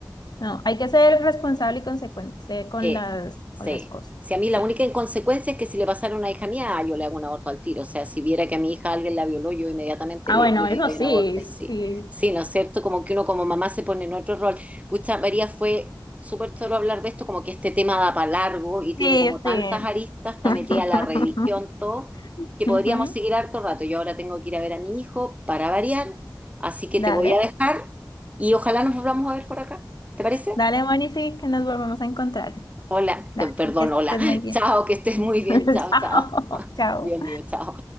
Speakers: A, on the left (about 70°); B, on the right (about 20°).
A: no, hay que ser responsable y consecuente con
B: Sí,
A: las,
B: sí.
A: con las cosas,
B: Si a mí
A: sí.
B: la única inconsecuencia es que si le pasara a una hija mía, ah, yo le hago un aborto al tiro. O sea, si viera que a mi hija alguien la violó, yo inmediatamente
A: Ah,
B: le,
A: bueno,
B: le
A: eso
B: doy
A: sí,
B: un aborto,
A: sí,
B: sí. Sí, ¿no es cierto? Como que uno como mamá se pone en otro rol. Pucha, María, fue súper choro hablar de esto, como que este tema da para largo y tiene
A: sí,
B: como tantas
A: sí.
B: aristas, está
A: <laughs>
B: metida la religión, todo, que podríamos
A: Ujú.
B: seguir harto rato. Yo ahora tengo que ir a ver a mi hijo para variar, así que
A: Dale,
B: te voy a dejar y ojalá nos volvamos a ver por acá. ¿Te parece?
A: dale, Moni, sí, que nos volvemos a encontrar.
B: Hola,
A: Dale,
B: no, perdón,
A: que estés
B: hola.
A: muy bien.
B: Chao, que estés muy bien.
A: <laughs>
B: Chao,
A: Chao,
B: chao.
A: chao.
B: Dios mío, chao.